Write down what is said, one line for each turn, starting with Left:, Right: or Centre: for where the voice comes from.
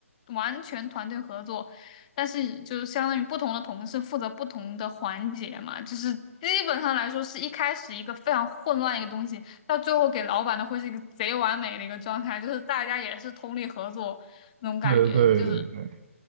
Left: 完全团队合作，但是就是相当于不同的同事负责不同的环节嘛，就是基本上来说是一开始一个非常混乱一个东西，到最后给老板的会是一个贼完美的一个状态，就是大家也是通力合作那种感觉，
Right: 对对对对对，
Left: 就是